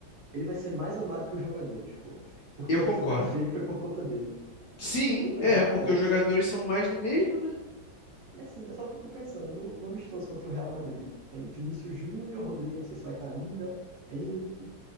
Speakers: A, on the right; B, on the left.
A: ele vai ser mais amado que os jogadores, pô, porque
B: Eu
A: a gente
B: concordo.
A: vai ver que foi por conta dele.
B: Sim,
A: Se ele levar
B: é, porque
A: a Copa,
B: os jogadores são mais do mesmo, né?
A: e assim, eu só fico pensando no, no amistoso contra o Real Madrid. Tem Vinícius Júnior, Rodrigo, não sei se vai estar ainda, Endrick,